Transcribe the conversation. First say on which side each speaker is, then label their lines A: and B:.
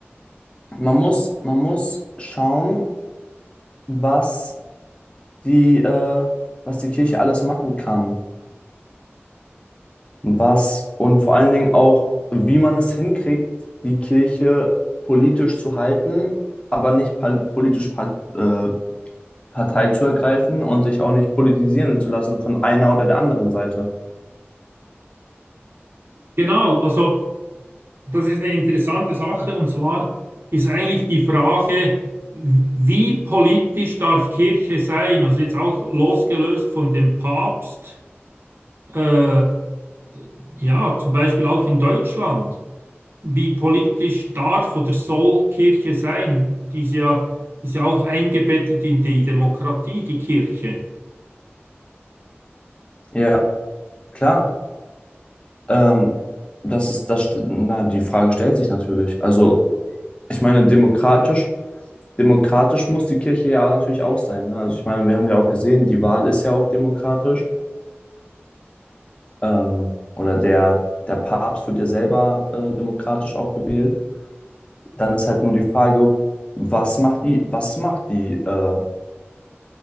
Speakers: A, on the left; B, on the right.
A: man muss, man muss schauen, was die, äh, was die Kirche alles machen kann. Was und vor allen Dingen auch, wie man es hinkriegt, die Kirche politisch zu halten, aber nicht pal- politisch pa- äh, Partei zu ergreifen und sich auch nicht politisieren zu lassen von einer oder der anderen Seite.
B: Genau, also das ist eine interessante Sache und zwar ist eigentlich die Frage, wie politisch darf Kirche sein? Also jetzt auch losgelöst von dem Papst, äh, ja, zum Beispiel auch in Deutschland. wie politisch darf oder soll Kirche sein? Die ist ja, die ist ja auch eingebettet in die Demokratie, die Kirche.
A: Ja, klar. Ähm, das ist das, st- na, die Frage stellt sich natürlich. Also, ich meine, demokratisch, demokratisch muss die Kirche ja natürlich auch sein. Ne? Also, ich meine, wir haben ja auch gesehen, die Wahl ist ja auch demokratisch. ähm, oder der, der Papst wird ja selber äh, demokratisch auch gewählt. Dann ist halt nur die Frage, was macht die, was macht die, äh,